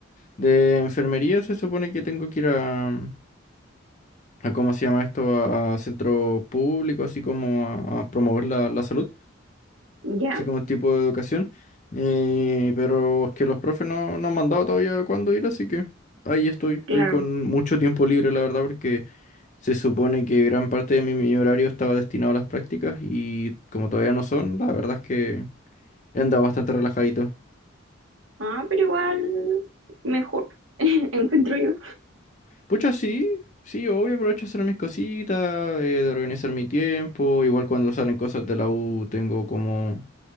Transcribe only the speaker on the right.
Ya,
claro.
Ah, pero igual mejor, <laughs> encuentro yo.